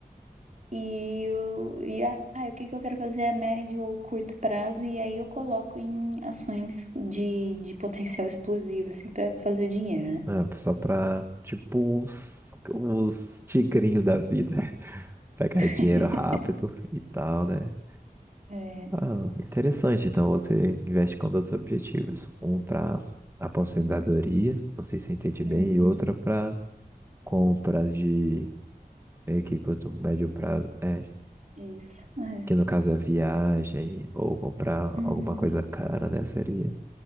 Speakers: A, on the right; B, on the right.
A: E, eu e ah, o que que eu quero fazer a médio ou curto prazo, e aí eu coloco em ações de, de potencial explosivo, assim, pra fazer dinheiro, né?
B: Ah, só pra, tipo, os, os tigrinhos da vida. <laughs> Pegar
A: <laughs>
B: dinheiro rápido e tal, né?
A: É,
B: Ah, interessante. Então você investe com dois objetivos. Um para aposentadoria, não sei se eu entendi bem,
A: uhum,
B: e outro para compras de meio que curto, médio prazo, é,
A: É isso, é,
B: que no caso é viagem ou comprar
A: uhum,
B: alguma coisa cara, né? Seria.